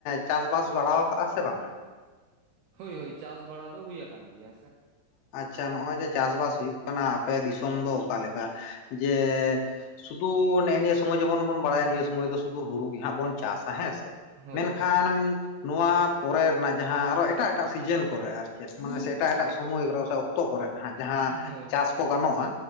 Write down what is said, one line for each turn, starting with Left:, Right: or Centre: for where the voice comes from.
Left: ᱪᱟᱥ-ᱵᱟᱥ ᱵᱟᱲᱟᱣ ᱟᱠᱟᱜᱼᱟ ᱥᱮ ᱵᱟᱝᱟ?
Right: ᱦᱚᱭ ᱦᱚᱭ ᱪᱟᱥ ᱵᱟᱲᱟ ᱫᱚ ᱦᱩᱭ ᱟᱠᱟᱱ ᱜᱮᱭᱟ ᱥᱮ᱾
Left: ᱟᱪᱪᱷᱟ ᱱᱚᱜᱼᱚᱭ ᱡᱮ ᱪᱟᱥ-ᱵᱟᱥ ᱦᱩᱭᱩᱜ ᱠᱟᱱᱟ ᱟᱯᱮ ᱫᱤᱥᱚᱢ ᱫᱚ ᱚᱠᱟ ᱞᱮᱠᱟ? ᱡᱮ ᱥᱩᱫᱩ ᱱᱮᱜ ᱱᱤᱭᱟᱹ ᱥᱚᱢᱚᱭ ᱡᱮᱢᱚᱱ ᱵᱚᱱ ᱵᱟᱲᱟᱭᱟ ᱱᱤᱭᱟᱹ ᱥᱚᱢᱚᱭ ᱫᱚ ᱥᱩᱫᱩ ᱦᱩᱲᱩ ᱜᱮ ᱦᱟᱸᱜ ᱵᱚᱱ ᱪᱟᱥᱟ ᱦᱮᱸ ᱥᱮ?
Right: ᱦᱳᱭ
Left: ᱢᱮᱱ ᱠᱷᱟᱱ ᱮᱢ ᱱᱚᱣᱟ ᱯᱚᱨᱮ ᱨᱮᱱᱟᱜ ᱡᱟᱦᱟᱸ ᱟᱨ ᱦᱚᱸ ᱮᱴᱟᱜ ᱮᱴᱟᱜ ᱥᱤᱡᱮᱱ ᱠᱚ ᱨᱮ ᱟᱨ ᱪᱮᱫ ᱢᱟᱱᱮ ᱥᱮ ᱮᱴᱟᱜ ᱮᱴᱟᱜ ᱥᱚᱢᱚᱭ ᱠᱚᱨᱮ ᱥᱮ ᱚᱠᱛᱚ ᱠᱚᱨᱮ ᱦᱟᱸᱜ ᱡᱟᱦᱟᱸ
Right: ᱦᱳᱭ
Left: ᱪᱟᱥ ᱠᱚ ᱜᱟᱱᱚᱜᱼᱟ,